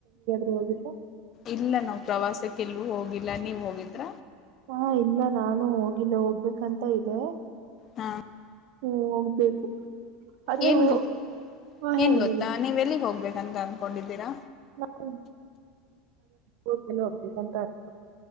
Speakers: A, on the right (about 70°); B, on the left (about 45°).
A: ಪ್ರವಾಸಕ್ಕೆಲ್ಗಾದ್ರೂ ಹೋಗಿಲ್ಲ
B: ಇಲ್ಲ ನಾವು್ ಪ್ರವಾಸಕ್ಕೆಲ್ಲೂ ಹೋಗಿಲ್ಲ ನೀವ್ ಹೋಗಿದ್ರ
A: ಹಾ ಇಲ್ಲ ನಾನು ಹೋಗಿಲ್ಲ ಹೋಗ್ಬೇಕಂತ ಇದೆ
B: ಹಾ
A: ಹ್ಮ ಹೋಗ್ಬೇಕು ಆದ್ರೆ
B: ಏನ್
A: ಹೋ
B: ಗೊ
A: ಹಾ
B: ಏನ್
A: ಹೇಳಿ
B: ಗೊತ್ತಾ
A: ಹೇಳಿ
B: ನೀ್ ಎಲ್ಲಿಗ್ ಹೋಗ್ಬೇಕಂತ ಅನ್ಕೊಂಡಿದ್ದೀರಾ
A: ನಾವು ಹೋಗ್ಬೇಕಂತ ಅ ಹ